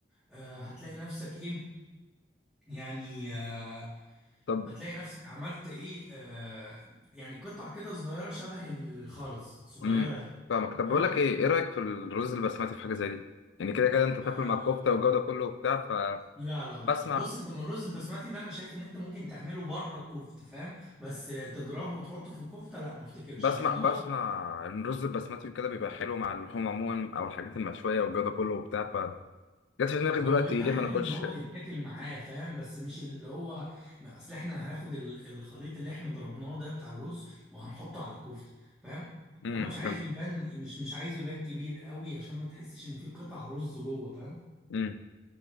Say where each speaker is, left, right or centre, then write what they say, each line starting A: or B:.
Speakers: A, in the centre; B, on the left.
A: آه هتلاقي نفسك ايه يعني آه،
B: طب
A: هتلاقي نفسك عملت ايه آه يعني قطع كده صغيرة شبه الخرز صغيرة
B: امم
A: يعني
B: فاهمك طب
A: تمام
B: بقول لك ايه ايه رايك في الرز البسمتي في حاجه زي دي يعني كده كده انت تاكل
A: آه
B: مع الكفته والجو ده كله وبتاع
A: لا
B: فبسمع
A: لا لا بص انت من الرز البسمتي ده انا شايف ان انت ممكن تعمله بره الكفتة فاهم بس آه، تضربه وتحطه في الكفتة لا ما افتكرش
B: بسمع
A: لان
B: بسمع
A: هو
B: ان الرز البسمتي كده بيبقى حلو مع اللحوم عموما او الحاجات المشويه والجو ده كله وبتاع فجت في دماغي
A: هو
B: دلوقتي
A: بيبقى
B: ليه
A: حلو
B: ما ناكلش
A: ان هو يتاكل معاه فاهم بس مش اللي هو ما اصل احنا هناخد ال- الخليط اللي احنا ضربناه ده بتاع الرز وهنحطه على الكفتة فاهم
B: امم
A: فانا مش عايزه يبان مش مش عايزه يبان كبير قوي عشان ما تحسش ان في قطع رز جوه فاهم
B: امم